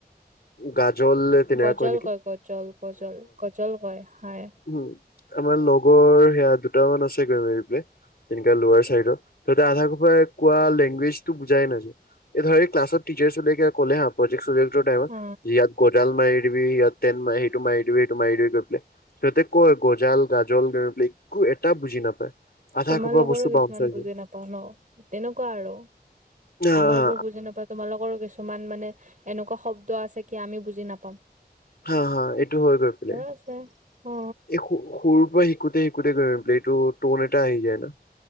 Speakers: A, on the left (about 75°); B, on the right (about 50°).
A: গাজল তেনেকা
B: গজাল
A: নেকি
B: কয় গজল গজাল গজল কয় <unintelligible>
A: উম, আমাৰ লগৰ সেয়া দুটামান আছে গৈমাৰী পালে। তেনেকা লোৱাৰ চাইডৰ তাতে আধা <unintelligible> কোৱা লেংগুৱেজ <inaudible> বুজাই নাযায় এই ধৰ এই ক্লাছত টিচাৰ <unintelligible> কলে হা প্ৰ'জেক্ট <unintelligible>
B: অ
A: কডাল মাৰি দিবি <unintelligible> মাৰি দিবি <unintelligible> মাৰি দিবি গৈ পেলাই। সিহঁতে কয় গজাল গাজল <unintelligible> একো এটা বুজি নাপায়। আধা
B: তোমালোকৰো
A: সোপা বস্তু
B: কিছুমান
A: বাউন্স হৈ যায়।
B: বুজি নাপাওঁ ন, তেনেকুৱা আৰু
A: হা
B: আমাৰ
A: হা
B: বোৰ বুজি <unintelligible> তোমালোকৰো কিছুমান মানে এনেকুৱা শব্দ আছে কি আমিও বুজি নাপাওঁ।
A: হা হা এইটো হৈ গৈ পালে
B: আছে অ
A: এই <unintelligible> সৰুৰ পৰা <inaudible> <unintelligible> এইটো টোন এটা আহি যায় না <unintelligible>